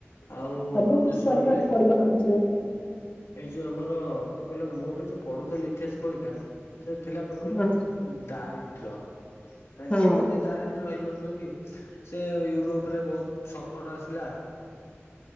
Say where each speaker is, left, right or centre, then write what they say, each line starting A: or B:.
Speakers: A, on the left; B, on the left.
A: ଆଉ
B: ସବୁ
A: ମଧ୍ୟ
B: କିଛି
A: ଶୁଣିଲେ।
B: କରିବାକୁ <unintelligible>
A: ଏଇ ଯୋଉ ଆମର କଣ କହିଲ ମୁଁ ଏବେ ଯୋଉ ପଢୁଥିଲି ଇତିହାସ ବହିଟା ସେ ଥିଲା କଣ କହିଲ।
B: ହଁ
A: ଦାରିଦ୍ର୍ୟ
B: ହଁ
A: କେମିତି ଦାରିଦ୍ର୍ୟ ହେଇଯାଉଛନ୍ତି। ସେ ୟୁରୋପ ରେ ବହୁତ ସଙ୍କଟ ଆସିଲା।